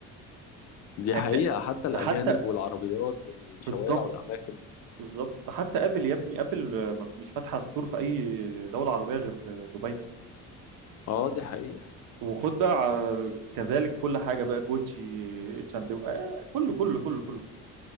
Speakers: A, on the left; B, on the right.
A: دي
B: يعني
A: حقيقه
B: ده,
A: حتى
B: ده
A: الاجانب
B: حتى
A: والعربيات والشوارع
B: بالظبط
A: والاماكن
B: بالظبط حتى ابل يا ابني ابل آه، مش فاتحه ستور في اي دوله عربيه غير آه، دبي
A: اه دي حقيقه
B: وخد بقى ع- كذلك كل حاجه بقى جوتشي اتش اند ام آه، كله كله كله كله